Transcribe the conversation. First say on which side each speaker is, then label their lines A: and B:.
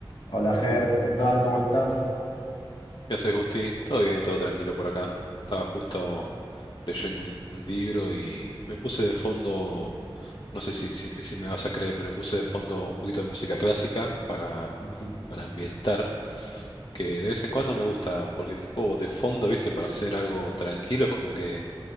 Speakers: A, on the left; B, on the left.
A: Hola Ger, ¿qué tal? ¿Cómo estás?
B: ¿Qué haces, Gusti? Todo bien, todo tranquilo por acá. Estaba justo leyendo un, un libro y me puse de fondo, no sé si, si, me si me vas a creer, pero me puse de fondo un poquito de música clásica para,
A: <laughs>
B: para ambientar, que de vez en cuando me gusta, porque tipo de fondo, viste, para hacer algo tranquilo es como que